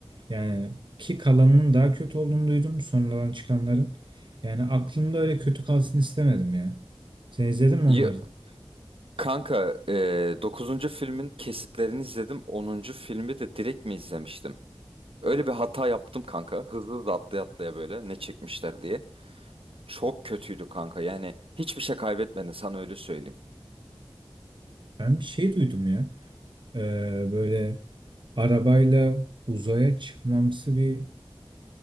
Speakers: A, on the right; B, on the right.
A: Yani ki kalanının daha kötü olduğunu duydum sonradan çıkanların. Yani aklımda öyle kötü kalsın istemedim ya. Sen izledin mi
B: Ya,
A: onları?
B: kanka e, 9. filmin kesitlerini izledim. Onuncu filmi de direkt mi izlemiştim? Öyle bir hata yaptım kanka. Hızlı da atlaya atlaya böyle ne çekmişler diye. Çok kötüydü kanka. Yani hiçbir şey kaybetmedin sana öyle söyleyeyim.
A: Ben bir şey duydum ya. E, böyle arabayla uzaya çıkmamsı bir